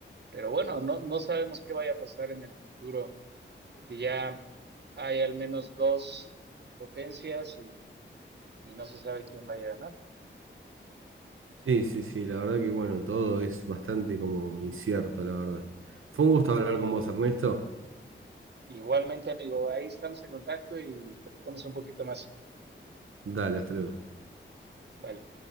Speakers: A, on the right; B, on the right.
A: Pero bueno, no, no sabemos qué vaya a pasar en el futuro, porque ya hay al menos dos potencias y, y no se sabe quién vaya a ganar.
B: Sí, sí, sí, la verdad que bueno, todo es bastante como incierto, la verdad. Fue un gusto hablar con vos, Ernesto.
A: Igualmente, amigo, ahí estamos en contacto y platicamos un poquito más.
B: Dale, hasta luego.
A: Vale.